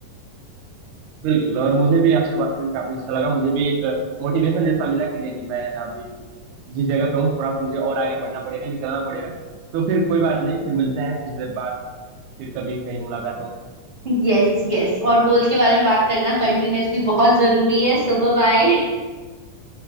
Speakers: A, on the right; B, on the right.
A: बिल्कुल और मुझे भी आपसे बात करके काफी अच्छा लगा मुझे भी एक मोटिवेशन जैसा मिला कि नहीं नहीं मैं अभी जिस जगह पे हूँ थोड़ा मुझे और आगे बढ़ना पड़ेगा निकलना पड़ेगा तो फिर कोई बात नहीं फिर मिलते हैं कुछ देर बाद फिर कभी कहीं मुलाकातों में
B: <laughs> यस यस और गोल्स के बारे में बात करना कंटिन्यूअसली बहुत जरूरी है सुबह बाय